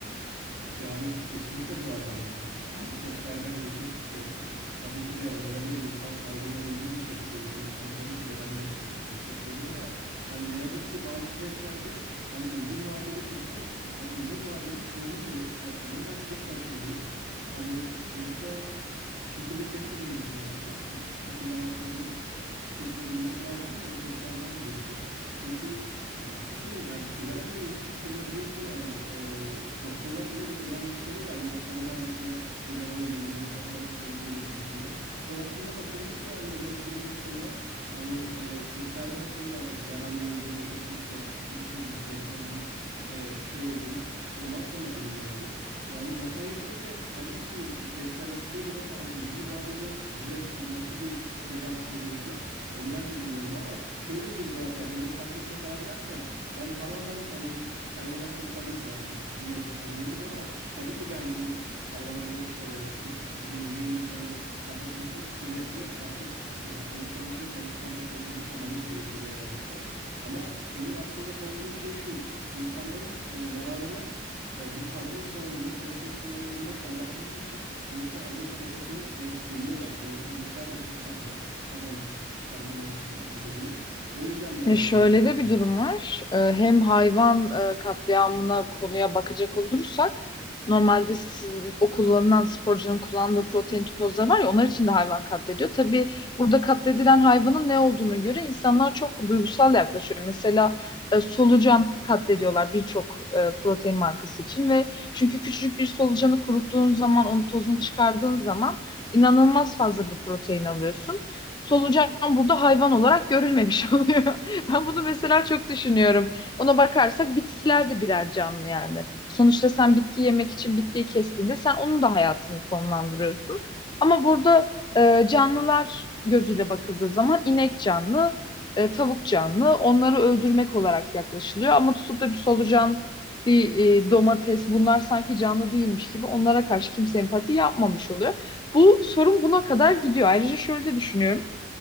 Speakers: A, on the right; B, on the left.
A: Yani kesinlikle bu arada hani te- bazı testlerden geçip e, ta- tabii ki de ona göre insan sağlığına uygun bir şekilde üretilmesini tabii ki de ben de e, destekliyorum ama hani ne yazık ki bazı süreçlerde hani uzun vadeli testler için e, uzun vadeli kullanım gerek. E, onun da çok başındayız. Hani sonuçta bir şekilde test edilmesi lazım. Bir ş- şekilde hayatımızda bu- e, bir şekilde bulunması lazım ki hani testlerden geçsin. Çünkü ya hiçbir şeyin hani sigara bile ilk çıktığında biliyorsun yani e, doktorlar bile ö- önermişleri var. Yok karın ağrısına sigara iyi gelir, yok baş ağrısına iyi gelir gibisinden. Sonrasında bakılıyor ki yani 15-20 yıl sonra hani e, testlerden sonra zararlı olduğu ve kesinlikle tüketilmemesi gereken bir e, şey olduğu ondan sonra belirlendi. Yani yapay ette de tabii ki testler yapılıyordur ama hani uzun vadede bize nasıl bir dezavantajı olacak? Onu ben de bilmiyorum ama şöyle diyeyim bu arada hani inek katletme falan derken ben tamamen hani hayvan hakları tabii ki de hani bir nebze savunuyoruz ama tabii ki de hani in- hayvanları e, sırf bizim yiyeceğimiz için hani katletmesi bir nebze artık yani sonuçta biz de tavuktan ve protein almamız gerekiyor veya inekten. Ama benim aslında savunduğum şey şu. insanların e, yararına e, bu karbon salımını küresel ısınmayı bir nebze azaltması için sonuçta ozon tabakasını e, deliyorlar. Bu inekler de çok fazla karbon karbonmonoksit salgılıyor. O yüzden biraz
B: E, Şöyle
A: düşünmüştüm
B: de
A: yani.
B: bir durum var. E, Hem hayvan e, katliamına konuya bakacak olursak normalde sizin, o kullanılan sporcunun kullandığı protein tozları var ya onlar için de hayvan katlediyor. Tabii burada katledilen hayvanın ne olduğunu göre insanlar çok duygusal yaklaşıyor. Mesela e, solucan katlediyorlar birçok e, protein markası için ve çünkü küçücük bir solucanı kuruttuğun zaman onun tozunu çıkardığın zaman inanılmaz fazla bir protein alıyorsun. Solucan burada hayvan olarak görülmemiş <laughs> oluyor. <laughs> Ben
A: <laughs>
B: bunu mesela çok düşünüyorum. Ona bakarsak bitkiler de birer canlı yani. Sonuçta sen bitki yemek için bitkiyi kestiğinde sen onun da hayatını sonlandırıyorsun. Ama burada e, canlılar gözüyle bakıldığı zaman inek canlı, e, tavuk canlı. Onları öldürmek olarak yaklaşılıyor. Ama tutup da bir solucan, bir e, domates bunlar sanki canlı değilmiş gibi onlara karşı kimse empati yapmamış oluyor. Bu sorun buna kadar gidiyor. Ayrıca şöyle de düşünüyorum.